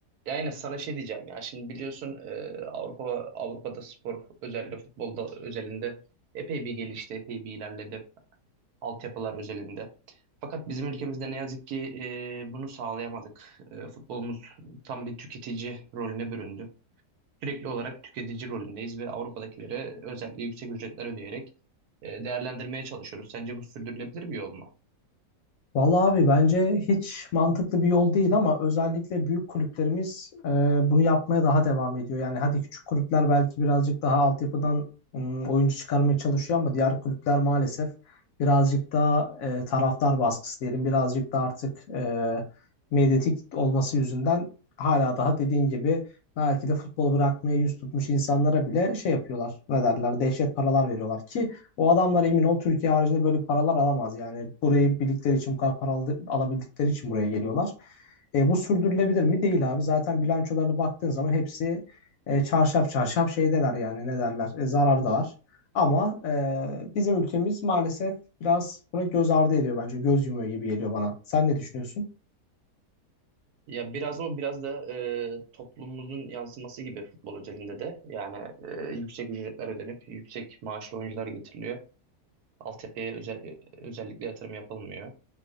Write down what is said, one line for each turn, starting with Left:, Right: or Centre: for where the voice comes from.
Right: Ya yine sana şey diyeceğim ya şimdi biliyorsun e, Avrupa Avrupa'da spor özellikle futbolda özelinde epey bir gelişti, epey bir ilerledi altyapılar özelinde. Fakat bizim ülkemizde ne yazık ki e, bunu sağlayamadık. E, futbolumuz tam bir tüketici rolüne büründü. Sürekli olarak tüketici rolündeyiz ve Avrupa'dakilere özellikle yüksek ücretler ödeyerek e, değerlendirmeye çalışıyoruz. Sence bu sürdürülebilir bir yol mu?
Left: Vallahi abi bence hiç mantıklı bir yol değil ama özellikle büyük kulüplerimiz e, bunu yapmaya daha devam ediyor. Yani hadi küçük kulüpler belki birazcık daha altyapıdan m, oyuncu çıkarmaya çalışıyor ama diğer kulüpler maalesef birazcık daha e, taraftar baskısı diyelim birazcık da artık e, medyatik olması yüzünden hala daha dediğin gibi belki de futbol bırakmaya yüz tutmuş insanlara bile şey yapıyorlar ne derler dehşet paralar veriyorlar ki o adamlar emin ol Türkiye haricinde böyle paralar alamaz. Yani burayı bildikleri için bu kadar para aldı- alabildikleri için buraya geliyorlar. E, bu sürdürülebilir mi? Değil abi. Zaten bilançolarına baktığın zaman hepsi e, çarşaf çarşaf şeydeler yani ne derler e, zarardalar. Ama e, bizim ülkemiz maalesef biraz buna göz ardı ediyor bence. Göz yumuyor gibi geliyor bana. Sen ne düşünüyorsun?
Right: Ya biraz o biraz da e, toplumumuzun yansıması gibi futbol özelinde de yani e, yüksek ücretler ödenip yüksek maaşlı oyuncular getiriliyor. Altyapıya özel, özellikle yatırım yapılmıyor.